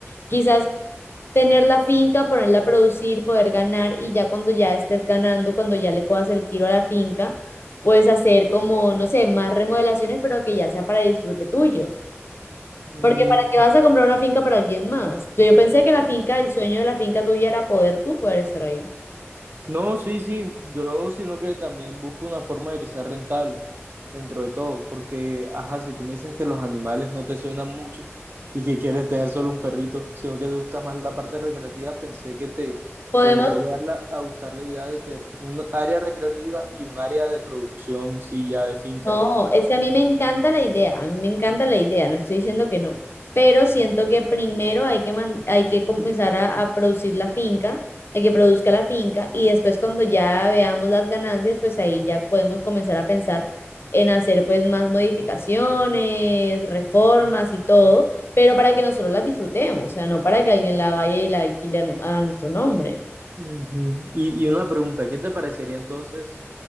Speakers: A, on the left; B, on the right.
A: Quizás tener la finca, ponerla a producir, poder ganar y ya cuando ya estés ganando, cuando ya le cojas el tiro a la finca, puedes hacer como, no sé, más remodelaciones, pero que ya sea para disfrute tuyo.
B: Mm,
A: Porque ¿para qué vas a comprar una finca para alguien más? Yo, yo pensé que la finca, el sueño de la finca tuya era poder tú poder estar ahí.
B: No, sí, sí, yo sino que también busco una forma de que sea rentable dentro de todo, porque, ajá, si tú me dices que los animales no te suenan mucho y que quieres tener solo un perrito, sino que te gusta más la parte recreativa, pensé que te
A: Podemos
B: podía llegar la- a gustar la idea de tener un área recreativa y un área de producción, sí, ya de finca.
A: No, es que a mí me encanta la idea, a mí me encanta la idea, no estoy diciendo que no, pero siento que primero hay que, man- hay que comenzar a, a producir la finca, hay que produzca la finca y después cuando ya veamos las ganancias, pues ahí ya podemos comenzar a pensar en hacer pues más modificaciones, reformas y todo, pero para que nosotros las disfrutemos, o sea, no para que alguien la vaya y la alquile a nu- a nuestro nombre.
B: Ujú. Y, y una pregunta, ¿qué te parecería entonces